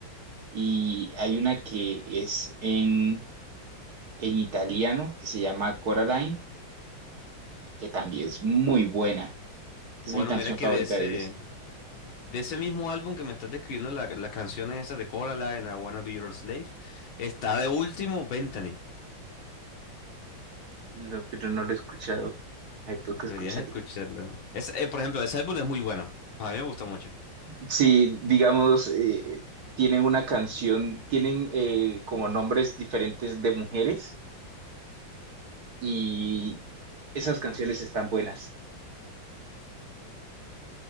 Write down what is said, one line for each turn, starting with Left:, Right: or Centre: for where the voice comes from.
Right: y hay una que es en, en italiano que se llama Coraline, que también es muy buena.
Left: Bueno,
Right: Es mi canción
Left: mira que
Right: favorita
Left: de ese,
Right: de ellos.
Left: de ese mismo álbum que me estás describiendo, la- las canciones esas de Coraline, I Wanna Be Your Slave, está de último Ventani.
Right: No, pero no la he escuchado. Hay que
Left: Deberías
Right: escucharla.
Left: escucharlo. Es, eh, por ejemplo, ese álbum es muy bueno. A mí me gustó mucho.
Right: si, digamos, eh, tienen una canción, tienen eh, como nombres diferentes de mujeres y esas canciones están buenas.